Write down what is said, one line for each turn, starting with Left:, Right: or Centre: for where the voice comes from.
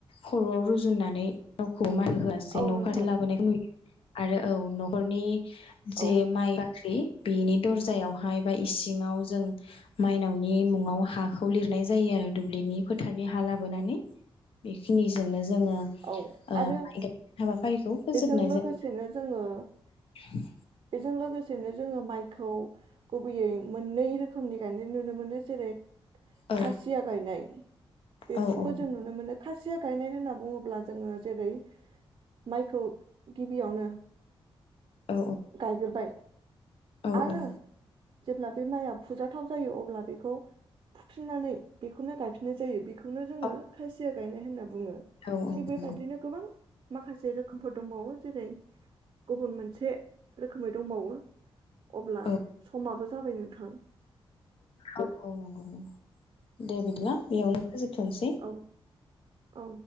Left: खरयाव रुजुननानै मायनावखौ मा होआसै
Right: औ
Left: न
Right: नोंथां
Left: फारसे लाबोनायखौ नुयो। आरो औ नखरनि
Right: औ
Left: जे माइ बाख्रि बेनि दरजायावहाय बा इसिङाव जों मायनावनि मुङाव हाखौ लिरनाय जायो आरो दुब्लिनि फोथारनि हा लाबोनानै बेखिनिजोंनो जोङो
Right: औ
Left: ओ
Right: आरो
Left: हाबाफारिखौ फोजोबनाय
Right: बेजों लोगोसेनो
Left: जायो।
Right: जोङो बेजों लोगोसेनो जोङो माइखौ गुबैयै मोननै रोखोमनि गायनाय नुनो मोनो। जेरै
Left: औ
Right: खासिया गायनाय बेखौबो
Left: औ औ
Right: जों नुनो मोनो। खा खासिया गायनाय होनना बुङोब्ला जोङो जेरै माइखौ गिबियावनो
Left: औ
Right: गायग्रोबाय
Left: औ
Right: आरो
Left: औ
Right: जेब्ला बे माइआ फुजाथाव जायो अब्ला बेखौ फुफिननानै बेफोर बेखौनो गायफिननाय जायो। बेखौनो जोङो
Left: औ
Right: खासिया गायनाय होनना बुङो।
Left: औ औ
Right: बेबादिनो
Left: नंगौ
Right: गोबां माखासे रोखोमफोर दंबावो जेरै गुबुन मोनसे रोखोमै दंबावो। अब्ला
Left: औ
Right: समाबो जाबाय नोंथां। नोंथां
Left: औ औ नंगौ नंगौ दे बिदिब्ला
Right: औ
Left: बेयावनो फोजोबथनोसै।
Right: औ औ